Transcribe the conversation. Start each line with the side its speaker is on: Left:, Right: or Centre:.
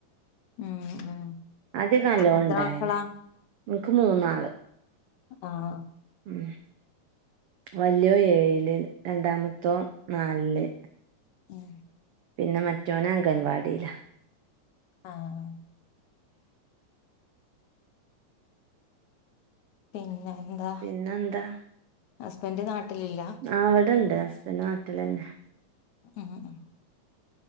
Left: ഉം ഉം
Right: ആദ്യകല്ലോം
Left: എത്ര
Right: ഉണ്ടായിനി
Left: മക്കളാ
Right: ഇൻക്ക് മൂന്നാള്
Left: ആഹ്
Right: ഉം വല്യോ ഏഴില് രണ്ടാമത്തോ നാലില്
Left: ഉം
Right: പിന്നെ മറ്റോന അംഗൻവാടിയില
Left: ആഹ് പിന്നെ എന്താ,
Right: പിന്നെന്താ
Left: ഹസ്ബൻഡ് നാട്ടിലില്ല
Right: ആഹ് ഇവിടെണ്ട് ഹസ്ബൻഡറ് നാട്ടിലന്നെ
Left: ഉം ഉ